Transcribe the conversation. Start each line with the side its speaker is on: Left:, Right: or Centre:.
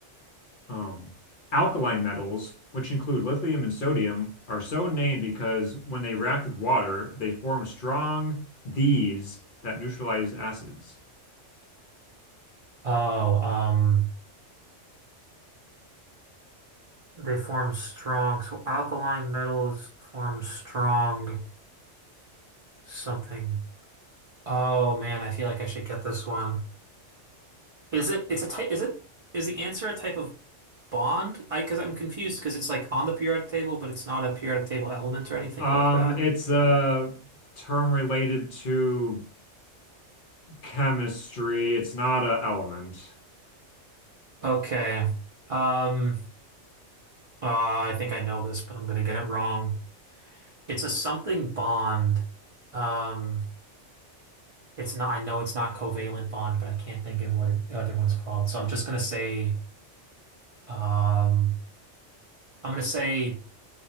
Left: Um, alkaline metals, which include lithium and sodium, are so named because when they react with water, they form strong Ds that neutralize acids.
Right: Oh, um, they form strong. So alkaline metals form strong something. Oh man, I feel like I should get this one. Is it? It's a type. Is it? Is the answer a type of bond? I because I'm confused because it's like on the periodic table, but it's not a periodic table element or anything
Left: Um,
Right: like that.
Left: it's a term related to chemistry. It's not an element.
Right: Okay. Um. Uh, I think I know this, but I'm gonna get it wrong. It's a something bond. Um, it's not. I know it's not covalent bond, but I can't think of what it, the other one's called. So I'm just gonna say. Um, I'm gonna say.